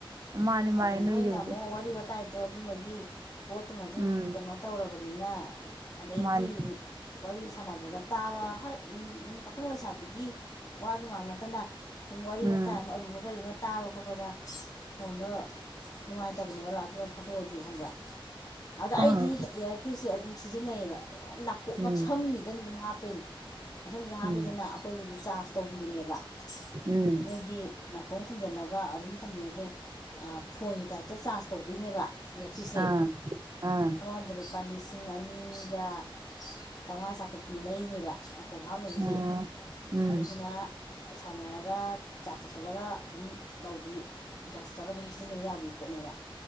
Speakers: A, on the right; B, on the left.
A: ꯃꯥꯅꯦ ꯃꯥꯅꯦ
B: ꯑꯗ
A: ꯅꯣꯏꯒꯤꯕꯨꯗꯤ
B: ꯅꯣꯏꯅ ꯑꯃꯨꯛ ꯋꯥꯔꯤ ꯋꯥꯥꯏ ꯇꯥꯏꯗꫭ ꯑꯗꯨꯝꯕꯒꯤ ꯄꯣꯠꯇꯨꯃꯗꯤ
A: ꯎꯝ
B: ꯀꯩꯅꯣ ꯇꯧꯔꯕꯅꯤꯅ ꯑꯗꯩꯒꯤ
A: ꯃꯥꯅꯦ
B: ꯋꯥꯔꯤ ꯁꯥꯟꯅꯕꯗ ꯇꯥꯕ ꯍꯣꯏ ꯄꯥꯈꯪ ꯂꯩꯁꯥꯕꯤꯒꯤ ꯋꯥꯁꯨ ꯉꯥꯡ ꯅꯠꯇꯅ ꯁꯨꯝ ꯋꯥꯔꯤ
A: ꯎꯝ
B: ꯋꯥꯇꯥꯏ ꯑꯃ ꯑꯔꯨꯕ ꯀꯔꯤ ꯇꯥꯕ ꯈꯣꯠꯄꯗ ꯐꯣꯟꯗꯣ ꯅꯨꯡꯉꯥꯏꯇꯕꯅꯦꯕ ꯂꯥꯎꯗꯁ꯭ꯄꯤꯛꯀꯔ ꯊꯥꯗꯣꯛꯑꯁꯨ ꯈꯪꯕ꯭ꯔꯥ ꯑꯗ ꯑꯩꯗꯤ
A: ꯑꯥ
B: ꯏꯌꯥꯔꯄꯤꯁꯁꯦ ꯑꯗꯨꯝ ꯁꯤꯖꯤꯟꯅꯩꯌꯦꯕ ꯑꯗꯨꯝ ꯅꯥꯀꯣꯛ ꯉꯛꯁꯝꯁꯤꯗꯅ
A: ꯎꯝ
B: ꯑꯗꯨꯝ ꯍꯥꯞꯇꯣꯏꯅꯦ ꯉꯛꯁꯝꯖꯤꯗ ꯍꯥꯞꯄꯦꯗꯅ
A: ꯎꯝ
B: ꯑꯩꯈꯣꯏꯒꯤꯗꯤ ꯆꯥꯔꯖ ꯇꯧꯕꯤꯗꯨꯅꯦꯕ
A: ꯎꯝ
B: ꯅꯣꯏꯒꯤ ꯅꯥꯀꯣꯡ ꯊꯤꯡꯖꯤꯜꯂꯒ ꯑꯗꯨꯝ ꯊꯝꯕꯤꯅꯗꯦ ꯐꯣꯟꯒꯤ ꯇꯥꯏꯞꯇ ꯆꯥꯔꯖ ꯇꯧꯗꯣꯏꯅꯦꯕ ꯌꯥꯄꯤꯁꯁꯦ
A: ꯑꯥ ꯑꯥ
B: ꯑꯃꯗ ꯂꯨꯄꯥ ꯂꯤꯁꯤꯡ ꯑꯅꯤ ꯑꯅꯤꯒ ꯆꯥꯝꯃꯉꯥ ꯆꯥꯇ꯭ꯔꯨꯛ ꯄꯤ ꯑꯅ ꯂꯩꯅꯦꯕ ꯈꯣꯡ ꯍꯥꯞꯅꯕꯖꯦ
A: ꯑꯥ ꯎꯝ
B: ꯑꯗꯨꯗꯨꯅ ꯁꯥꯟꯅꯔꯒ ꯆꯥꯁ ꯊꯧꯁꯜꯂꯒ ꯑꯗꯨꯝ ꯇꯧꯕꯤ ꯆꯥꯁ ꯇꯧꯔꯒ ꯑꯗꯨꯝ ꯁꯤꯖꯤꯟꯅꯕ ꯌꯥꯕ ꯄꯣꯠꯅꯦꯕ